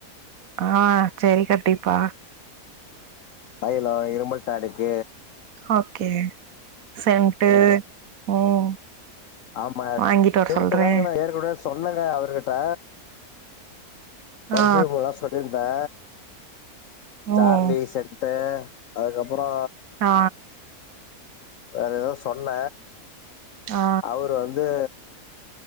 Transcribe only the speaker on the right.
ஆ சேரி கண்டிப்பா
ஓகே சென்டு ம்
வாங்கிட்டு வர
சொல்றே
ஆ
ம்
ஆ
ஆ